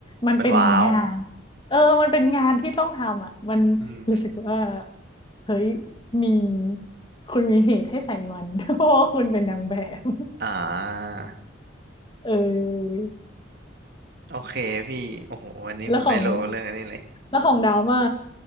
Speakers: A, on the left; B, on the right.
A: มันเป็นงาน
B: มันว้าว
A: เออมันเป็นงานที่ต้องทำอะมันรู้สึกว่า
B: อืม
A: เฮ้ยมีคุณมีเหตุให้ใส่มัน <laughs> เพราะว่าคุณเป็นนางแบบ
B: อ่า
A: เออ
B: โอเคพี่โอ้โหวันนี้ผมได้รู้เรื่องอันนี้เลย
A: แล้วของแล้วของดาวมา